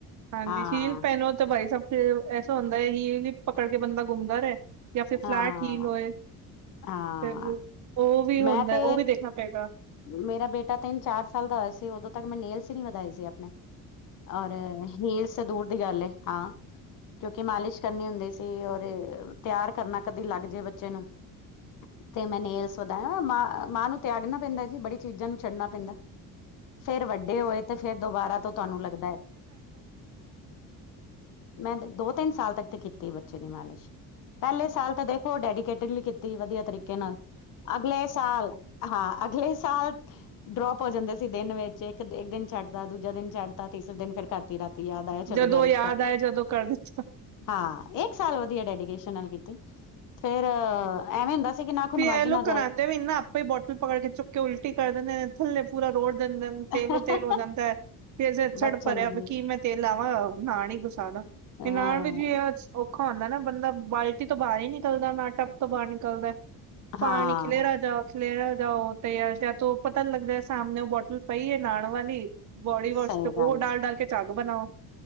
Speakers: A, on the right (about 50°); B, on the left (about 60°).
A: ਹਾਂਜੀ
B: ਹਾਂ
A: ਹੀਲ ਪੈਨੋ ਤਾਂ ਬਾਈ ਸਬ ਫਿਰ ਐਸਾ ਹੁੰਦਾ ਹੈ ਹੀਲ ਹੀ ਪਕੜ ਕੇ ਬੰਦਾ ਗੁੰਮਦਾ ਰਹੇ। ਜਾਂ ਫਿਰ
B: ਹਾਂ
A: ਫਲੈਟ ਹੀਲ ਹੋਏ।
B: ਹਾਂ
A: ਫ ਉਹ ਵੀ ਹੁੰਦਾ
B: ਮੈਂ ਤੇ
A: ਉਹ ਵੀ ਦੇਖਣਾ ਪਏਗਾ।
B: ਮੇਰਾ ਬੇਟਾ ਤਿੰਨ ਚਾਰ ਸਾਲ ਦਾ ਹੋਇਆ ਸੀ ਉਦੋਂ ਤੱਕ ਮੈਂ ਨੇਲਸ ਨੀ ਵਧਾਏ ਸੀ ਆਪਣੇ। ਅਰੇ। ਹੀਲਸ ਤੇ ਦੂਰ ਦੀ ਗੱਲ ਐ ਹਾਂ ਕਿਉਂਕਿ ਮਾਲਿਸ਼ ਕਰਨੀ ਹੁੰਦੀ ਸੀ ਔਰ ਤਿਆਰ ਕਰਨਾ ਕਦੀ ਲੱਗ ਜੇ ਬੱਚੇ ਨੂੰ ਤੇ ਮੈਂ ਨੇਲਸ ਵਧਾਇਆ ਮਾਂ ਮਾਂ ਨੂੰ ਤਿਆਗਨਾ ਪੈਂਦਾ ਜੀ ਬੜੀ ਚੀਜ਼ਾਂ ਨੂੰ ਛੱਡਨਾ ਪੈਂਦਾ। ਫੇਰ ਵੱਡੇ ਹੋਏ ਤੇ ਫੇਰ ਦੁਬਾਰਾ ਤੋਂ ਤੁਹਾਨੂੰ ਲੱਗਦਾ। ਮੈਂ ਦੋ ਤਿੰਨ ਸਾਲ ਤੱਕ ਤੇ ਕੀਤੀ ਬੱਚੇ ਦੀ ਮਾਲਿਸ਼। ਪਹਿਲੇ ਸਾਲ ਤਾਂ ਦੇਖੋ ਡੈਡੀਕੇਟਡ ਵੀ ਕੀਤੀ ਵਧੀਆ ਤਰੀਕੇ ਨਾਲ। ਅਗਲੇ ਸਾਲ ਹਾਂ ਅਗਲੇ ਸਾਲ ਡਰੋਪ ਹੋ ਜਾਂਦੇ ਸੀ ਦਿਨ ਵਿੱਚ ਇੱਕ, ਇੱਕ ਦਿਨ ਛੱਡਤਾ ਦੂਜਾ ਦਿਨ ਛੱਡਤਾ ਤੀਸਰੇ ਦਿਨ ਫੇਰ ਕਰਤੀ ਰਾਤੀ ਤੇ ਯਾਦ ਆਇਆ ਚਲੋ
A: ਜਦੋਂ
B: ਮਾਲ
A: ਯਾਦ ਆਏ ਜਦੋਂ ਕਰ ਦਿੱਤਾ
B: ਹਾਂ ਇੱਕ ਸਾਲ ਵਧੀਆ ਡੈਡੀਕੇਸ਼ਨ ਨਾਲ ਕੀਤੀ ਫੇਰ ਐਵੇਂ ਹੁੰਦਾ ਸੀ ਕਿ ਨਾਖੁਨ
A: ਵੀ ਇਹ
B: ਵੱਜ
A: ਲੋਕ
B: ਨਾ
A: ਕਰਾਦੇ ਵੀ ਨਾ ਆਪਾਂ ਹੀ ਬੋਟਲ ਪਕੜ ਕੇ ਚੁੱਕ ਕੇ ਉਲਟੀ ਕਰ ਦਿੰਦੇ ਨੇ। ਥੱਲੇ ਪੂਰਾ ਰੋੜ ਦਦੇ ਤੇਲੋਂ
B: ਜਾਏ
A: ਤੇਲ ਹੋ ਜਾਂਦਾ। ਤੇ ਅੇਛੜ
B: ਬੱਚੇ
A: ਭਰਿਆ
B: ਨੇ
A: ਵੀ ਕੀ ਮੈਂ ਤੇਲ ਲਾਵਾਂ ਨਾਨ ਹੀ ਗੁਸਾ ਦਾ ਤੇ
B: ਅਹ
A: ਨਣ ਵਿੱਚ ਵੀ ਔਖਾ ਹੁੰਦਾ ਨਾ ਬੰਦਾ ਬਾਲਟੀ ਤੋਂ ਬਾਹਰ ਹੀ ਨਿਕਲਦਾ ਨਾ ਟੱਪ ਤੋਂ ਬਾਹਰ ਨਿਕਲਦਾ। ਪਾਣੀ
B: ਹਾਂ
A: ਕਿ <unintelligible> ਲੇਰ ਜਾਓ ਤੇ ਯ ਪਤਾ ਨੀ ਲੱਗਦਾ ਸਾਹਮਣੇ ਉਹ ਬੋਟਲ ਪਈ ਹੈ ਨਾਣ ਵਾਲੀ ਬੋਡੀ ਵਾਸ਼
B: ਸਹੀ
A: ਤੇ ਉਹ
B: ਗੱਲ ਹੈ
A: ਡਾਲ-ਡਾਲ ਕੇ ਝੱਗ ਬਣਾਓ।